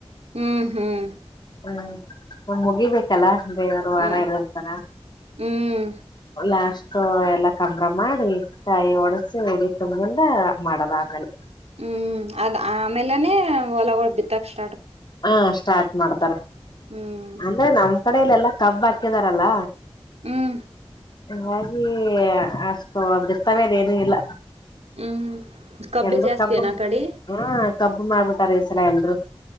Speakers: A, on the right; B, on the left.
A: ಹ್ಮ್ ಹ್ಮ್
B: ಮ್ಮ್ ಒಂದ್ ಮುಗಿಬೇಕಲ್ಲ ದೇವರು ವಾರ
A: ಹ್ಮ್
B: ಇರುತ್ತಲ
A: ಹ್ಮ್
B: ಲಾಶ್ ತೋ ಎಲ್ಲ ಕಂಬ್ರ ಮಾಡಿ ಕಾಯಿ ಒಡಸಿ ಉಡಿ ತುಂಬಿಂದ ಮಾಡಲ್ ಆಗಲ್
A: ಹ್ಮ್ ಅದ್ ಆಮೇಲೆನೆ ಹೊಲಗಳು ಬಿತ್ತಕ್ ಶ್
B: ಹಾ ಸ್ಟಾರ್ಟ್ ಮಾಡ್ತಾರ.
A: ಹ್ಮ್
B: ಅಂದ್ರೆ ನಮ್ ಆಕಡೆ ಇಲ್ಲೆಲ್ಲ ಕಬ್ಬ್ ಹಾಕಿದಾರಲ್ಲ.
A: ಹ್ಮ್
B: ಹಂಗಾಗೀ ಅಷ್ಟು ಬಿತ್ತವೆದೇನು ಇಲ್ಲ.
A: ಹ್ಮ್ ಕಬ್ಬೆ
B: ಎಲ್ಲು
A: ಜಾಸ್ತಿ
B: ಕಬ್ಬು
A: ಏನ
B: ಮ್
A: ಆ ಕಡೆ
B: ಹಾ ಕಬ್ಬು ಮಾರ್ಬಿಡ್ ಕರೀದ್ಸಣ ಎನ್ರು